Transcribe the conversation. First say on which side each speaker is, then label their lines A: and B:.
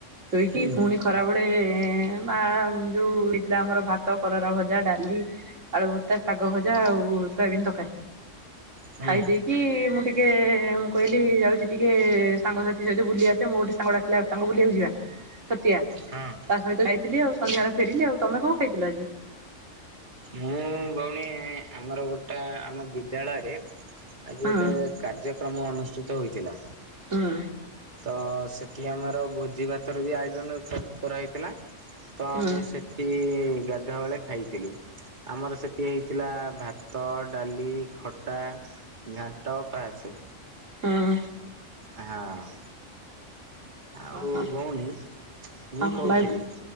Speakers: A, on the right; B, on the right.
A: ଶୋଇକିୁଣି
B: ହୁଁ
A: ଖରାବେଳେ ମା ଯଉଁ ହେଇଥିଲା ଆମର ଭାତ କରରା ଭଜା ଡାଲି ଆଳୁ ଭତ୍ତା ଶାଗ ଭଜା ଆଉ ସୋୟାବିନ ତକାରୀ
B: ହୁଁ
A: ଖାଇ ଦେଇେଇକ କି ମୁଁ ଟିକେ ମୁଁ କହିଲି ଯାଉଚି ଟିକେ ସାଙ୍ଗସାଥି ସହିତ ବୁଲି ଆସେ ମୁଁ ଗୋଟେ ସାଙ୍ଗ ଡ଼ାକି ଆମ ବୁଲିବାକୁ ଯିବା ସତିଆ।
B: ହଁ।
A: ତା ସହିତ ଯାଇଥିଲି ଆଉ ସନ୍ଧ୍ୟାବେଳେ ଫେରିଲି ଆଉ ତମେ କଣ ଖାଇଥିଲ ଆଜି?
B: ମୁଁ ଭଉଣୀ ଆମର ଗୋଟା ଆମ ବିଦ୍ୟାଳୟରେ ଆଜି
A: ହୁଁ
B: ଗୋଟେ କାର୍ଯ୍ୟକ୍ରମ ଅନୁଷ୍ଠିତ ହୋଇଥିଲା।
A: ହୁଁ
B: ତ ସେଠି ଆମର ଭୋଜି ଭାତ ର ବି ଆୟୋଜନର୍ କରାହେଇଥିଲା ତ
A: ହୁଁ
B: ମୁଁ ସେ ସେ-ଗାଧୁଆ ବେଳେ ଖାଇଥିଲି। ଆମର ସେଠି ହେଇଥିଲା ଭାତ ଡାଲି ଖଟା ଘାଣ୍ଟ ପାସେ।
A: ହଁ।
B: ଆଁ ହଁ। ଆଉ
A: ହଁ
B: ଭଉଣୀ ମୁଁ
A: ହଁ
B: କହୁଥିଲି
A: ଭାଇ